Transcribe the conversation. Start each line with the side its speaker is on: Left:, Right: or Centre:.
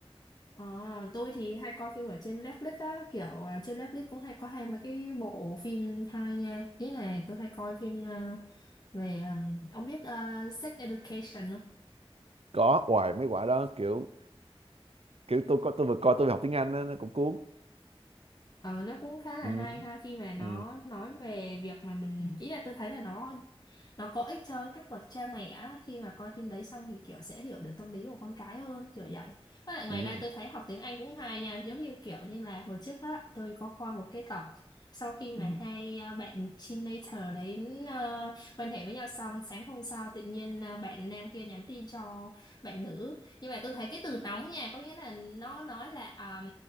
Left: Ờ, tôi thì hay coi phim ở trên Netflix á, kiểu ờ, trên Netflix cũng hay có hai mấy cái bộ phim hay nha. Ý là tôi hay coi phim ờ, về, ờ, ông biết ờ, Sex Education không?
Right: có ngoài mấy quả đó kiểu kiểu tôi có tôi vừa coi tôi vừa học tiếng Anh đó, nó cũng cuốn
Left: Ờ, nó cũng khá là
Right: ừ.
Left: hay ha khi mà nó
Right: Ừ.
Left: nói về việc mà mình, ý là tôi thấy là nó nó có ích cho các bậc cha mẹ á, khi mà coi phim đấy xong thì kiểu sẽ hiểu được tâm lý của con cái hơn kiểu vậy với lại ngoài
Right: Ừ.
Left: ra tôi thấy học tiếng Anh cũng hay nha giống như kiểu như là hồi trước á tôi có coi một cái tập sau khi Ừ. mà Ừ. hai à, bạn teenager đấy à, quan hệ với nhau xong sáng hôm sau tự nhiên à, bạn nam kia nhắn tin cho bạn nữ nhưng mà tôi thấy cái từ nóng nha có nghĩa là nó nói là um,